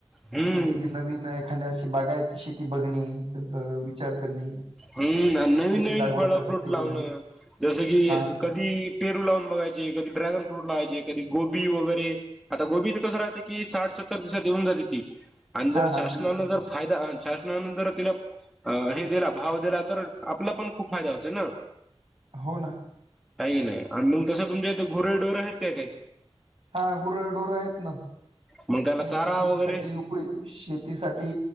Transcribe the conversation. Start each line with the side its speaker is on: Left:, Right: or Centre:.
Centre: हम्म
Right: म्हणजे की नवीन एखाद्या अशी बागायत शेती बघणे त्यांचा विचार करणे
Centre: हम्म नवीन
Right: कशी
Centre: नवीन
Right: लागवड
Centre: फळ
Right: करतात
Centre: फ्रूट
Right: ते
Centre: लावणं
Right: बघणे.
Centre: जसं की
Right: हां, हां.
Centre: कधी पेरू लावून बघायचे कधी ड्रॅगन फ्रूट लावायचे कधी गोबी वैगेरे आता गोबीचं कसं राहतं की साठ सत्तर दिवसांत येऊन जाते ती आणि
Right: हां,
Centre: जर
Right: हां.
Centre: शासनाने
Right: ती येते ना.
Centre: जर फायदा शासनानं जर तिला हे दिला भाव दिला तर आपला पण खूप फायदा होतोय ना
Right: हो ना
Centre: काही नाही <inaudible> तुमच्या इथे गुरंढोर आहेत काय काही
Right: हा गुरढोर आहेत ना
Centre: मग त्याला
Right: म्हणजे
Centre: चारा
Right: शेतीसाठी
Centre: वगैरे
Right: उ शेतीसाठी